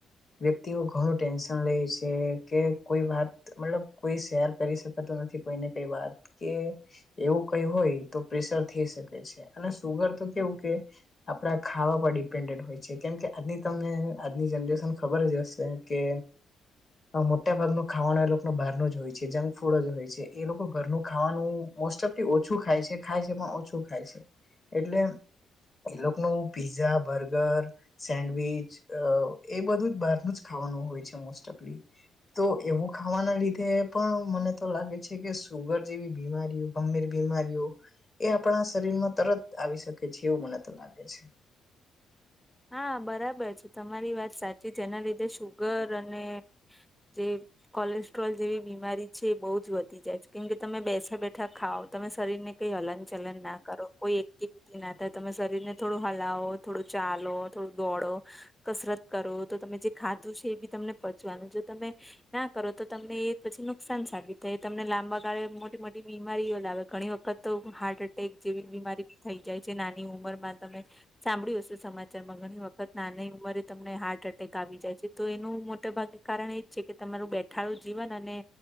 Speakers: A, on the left; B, in the centre.
A: વ્યક્તિઓ ઘણું ટેન્શન લે છે કે કોઈ વાત. મતલબ કોઈ શેર કરી શકાતું નથી કોઈને કઈ વાત કે. એવું કઈ હોય તો પ્રેશર થઈ શકે છે અને સુગર તો કેવું કે. આપડા ખાવા પર ડિપેન્ડેન્ટ હોય છે કેમ કે આજની તમને આજની જનરેશન ખબર જ હશે. કે. મોટા ભાગ ન ખાવાનું એ લોકો ન બહાર ન જ હોય છે જંક ફૂડ જ હોય છે એ લોકો ઘરનું ખાવાનું. મોસ્ટ ઓફી ઓછું ખાય છે ખાય છે પણ ઓછું ખાય છે એટલે. એ લોકોનું પીઝા બર્ગર સેન્ડવીચ એ બધું જ બહાર નુ જ. ખાવાનું હોય છે મોસ્ટઓફલી તો એવું ખાવાના લીધે. પણ મને તો લાગે છે કે સુગર જેવી બીમારીઓ ગંભીર બીમારીઓ. એ આપણા શરીર માં તરત આવી શકે છે એવું મને તો લાગે છે.
B: હા બરાબર છે તમારી વાત સાચી છે એના લીધે શુગર અને જે. કોલેસ્ટ્રોલ જેવી બીમારી છે એ બહુ જ વધી જાય છે કેમ કે તમે બેસા બેઠા ખાવઓ તમે શરીરને. કઈ હલન ચલન ના કરો કોઈ એક્ટિવિટી ના થાય તમે શરીર ને થોડું હલાવો થોડું ચાર. થોડું દોડો કસરત કરો તો તમે જે ખાધું છે એ બી તમને પચવાનું જો તમે. ના કરો તો તમને એ પછી નુકસાન સાબિત થાય તમને લાંબા ગાળે મોટી મોટી બીમારીઓ લાવે ઘણી વખત. તો હાર્ટ એટેક જેવી બીમારી બી થઈ જાય છે નાની ઉંમર માં તમે સાંભળ્યું હશો સમાજ. તેમાં ઘણી વખત નાની ઉંમરે તમને હાર્ટ એટેક આવી જાય છે તો એનું મોટાભાગે કારણ એ જ છે. કે તમારું બેઠાડું જીવન અને.